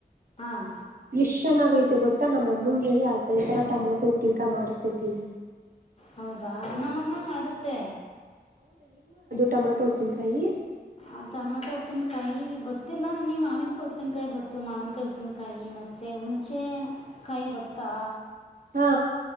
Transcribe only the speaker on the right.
ಎಷ್ಟ್ ಚೆನ್ನಾಗೈತೆ ಗೊತ್ತ್ ತ್ತ ನಮ್ಮಂಗ ಹೇಳಿ ಅದೇ ತರ ಟಮೊಟೊ ಉಪಿಂಕ ಮಾಡ್ಸ್ಕೋತೀನಿ
ಟಮಟೊ ಒಪ್ಪಿನ್ಕಾಯಿ
ಹಾ